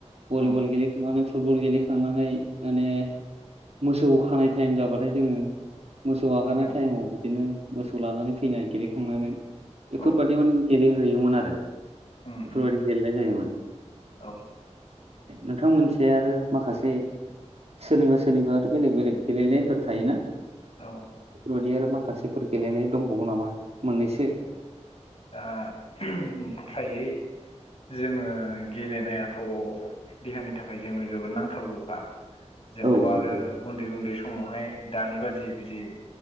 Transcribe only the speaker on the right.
भलिबल
गेलेखांनानै फुटबल गेलेखांनानै माने मोसौ खानाय टाइम जाबाथाय जोङो मोसौ हगारनाय
टाइमाव बिदिनो मोसौ लानानै फैनाय गेलेखांनानै एफोरबायदि
माने गेलेहैयोमोन आरो
एफोरबायदि
गेलेनाय जायोमोन
नोंथां मोनसे आरो माखासे सोरनिबा सोरनिबा आरो बेलेग- बेलेग गेलेनायफोर थायोना
बेफोरबायदि आरो माखासेफोर गेलेनाय दंबावो नामा मोननैसो?
औ
नंगौ